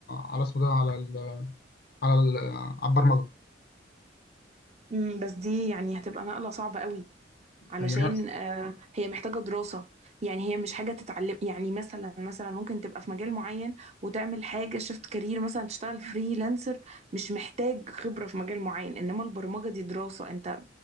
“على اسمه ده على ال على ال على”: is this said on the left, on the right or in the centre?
Left